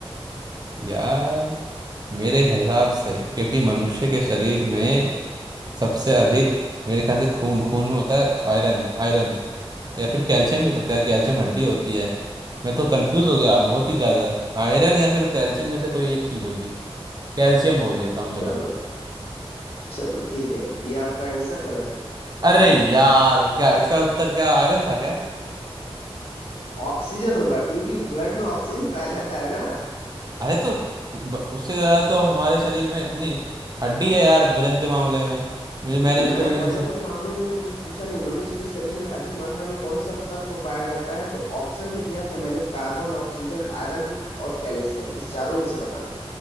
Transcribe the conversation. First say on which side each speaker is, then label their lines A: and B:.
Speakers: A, on the right (about 40°); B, on the left (about 65°).
A: यार मेरे हिसाब से क्योंकि मनुष्य के शरीर में सबसे अधिक मेरे ख्याल से खून खून में होता है आयरन आयरन या फिर कैल्शियम भी हो सकता है कैल्शियम हड्डी होती है मैं तो कंफ्यूज हो गया बहुत ही ज्यादा आयरन या फिर कैल्शियम में से कोई एक चीज होगी कैल्शियम बोल देता हूँ चलो
B: चलो चलो ठीक है ये आपका आंसर गलत है
A: अरे यार क्या इसका उत्तर क्या आयरन था क्या
B: ऑक्सीजन होगा क्योंकि ब्लड में ऑक्सीजन पाया जाता है ना
A: अरे तो ब- उससे ज्यादा तो अब हमारे शरीर में नहीं हड्डी है यार वजन के मामले में मुझे मैंने उस
B: मैं
A: तरीके
B: वजन
A: से सो-
B: के मामले में तो कुछ पूछा नहीं मनुष्य के शरीर में अधिक मात्रा में कौन सा तत्व पाया जाता है तो ऑप्शन में दिया था मैंने कार्बन ऑक्सीजन आयरन और कैल्शियम इस चारों में से बताना